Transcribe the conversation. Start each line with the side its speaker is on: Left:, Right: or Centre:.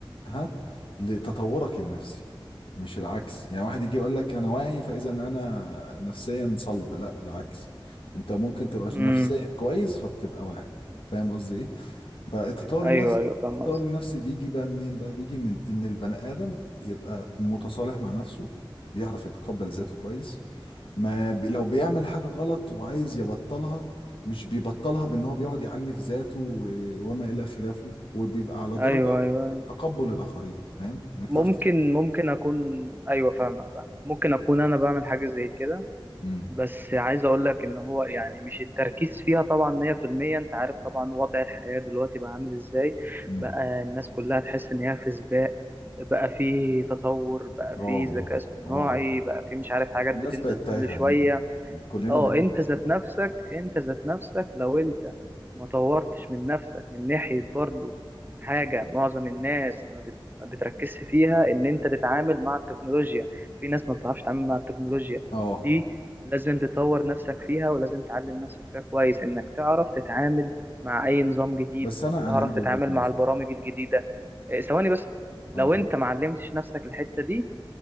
Left: ها لتطورك النفسي مش العكس يعني واحد يجي يقول لك انا واعي فاذا انا نفسيا صلب لا العكس انت ممكن تبقى
Right: امم
Left: نفسيا كويس فبتبقى واعي فاهم قصدي ايه فالتطور
Right: ايوه
Left: النفسي
Right: ايوه فاهم
Left: التطور
Right: قصدك
Left: النفسي بيجي بقى منين بقى بيجي من ان البني ادم يبقى متصالح مع نفسه بيعرف يتقبل ذاته كويس ما بي لو بيعمل حاجة غلط وعايز يبطلها مش بيبطلها بان هو بيقعد يعنف ذاته و... وما الى خلافه وبيبقى على درجة
Right: ايوه ايوه
Left: من
Right: أيوة.
Left: التقبل الاخرين فاهم انك
Right: ممكن
Left: تعرف تتقبل
Right: ممكن اكون ايوه فاهمك فاهم ممكن اكون انا بعمل حاجة زي كده
Left: امم
Right: بس عايز اقول لك ان هو يعني مش التركيز فيها طبعا 100% انت عارف طبعا وضع الحياة دلوقتي بقى عامل ازاي
Left: امم
Right: بقى الناس كلها تحس ان هي في سباق بقى في تطور بقى
Left: اه
Right: في
Left: اه
Right: ذكاء اصطناعي
Left: اه
Right: بقى في مش عارف حاجات
Left: الناس
Right: بتنزل
Left: بقت تايهة
Right: كل شوية
Left: أنا- كلنا
Right: اه
Left: بقينا
Right: انت
Left: تايهين
Right: ذات نفسك انت ذات نفسك لو انت ما طورتش من نفسك من ناحية برضو حاجة معظم الناس ما, بت... ما بتركزش فيها ان انت تتعامل مع التكنولوجيا في ناس ما بتعرفش تتعامل مع التكنولوجيا
Left: اه
Right: دي لازم تطور نفسك فيها ولازم تعلم نفسك فيها كويس انك تعرف تتعامل مع اي نظام جديد
Left: بس انا
Right: بتعرف
Left: انا عندي
Right: تتعامل
Left: وجهة نظر
Right: مع البرامج الجديدة إيه، ثواني بس لو
Left: اه
Right: انت ما علمتش نفسك الحتة دي